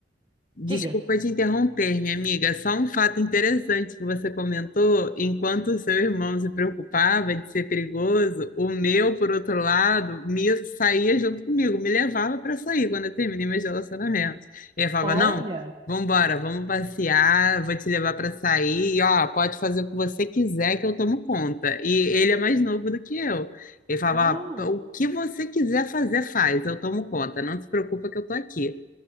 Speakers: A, on the left (about 50°); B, on the right (about 30°).
A: Desculpa
B: diga.
A: te interromper, minha amiga. Só um fato interessante que você comentou: enquanto o seu irmão se preocupava de ser perigoso, o meu, por outro lado, me saía junto comigo, me levava para sair quando eu terminei meus relacionamentos. Ele falava:
B: Olha,
A: Não, vambora, vamos passear, vou te levar para sair, e, ó, pode fazer o que você quiser que eu tomo conta. E ele é mais novo do que eu. Ele falava:
B: oh,
A: "Ó, O que você quiser fazer, faz, eu tomo conta, não se preocupa que eu tô aqui.